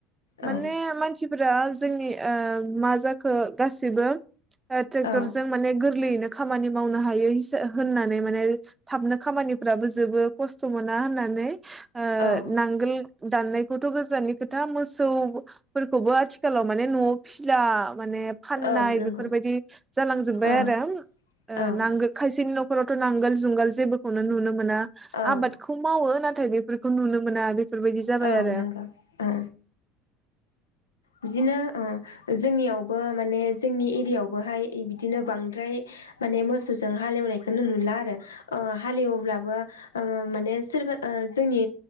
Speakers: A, on the right; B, on the left.
A: माने
B: औ
A: मानसि फ्रा जोंनि ओ मा जाखो गासिबो ए ट्रेक्टर
B: औ
A: जों माने गोरलैयैनो खामानि मावनो हायो हिसा होननानै माने थाबनो खामानिफ्राबो जो जोबो खस्थ' मोना होननानै ओ
B: औ
A: नांगोल दाननायखौथ' गोजाननि खोथा मोसौफोरखौबो आथिखालाव माने नआव फिला माने फाननाय
B: औ नंगौ
A: बेफोरबायदि जालांजोबबाय
B: औ
A: आरो
B: औ
A: नांगोल खायसेनि नख ख'रावथ' नांगोल जुंगाल जेबोखौनो नुनो मोना
B: औ
A: आबादखौ मावो नाथाय बेफोर खौ नुनो मोना बे फोरबायदि जाबाय
B: औ
A: आरो
B: नंगौ औ बिदिनो ओ जोंनियावबो माने जोंनि एरियावबोहाय बिदिनो बांद्राय माने मोसौजों हालेवनायखौनो नुला आरो हालेवब्लाबो माने सोरबा जोंनि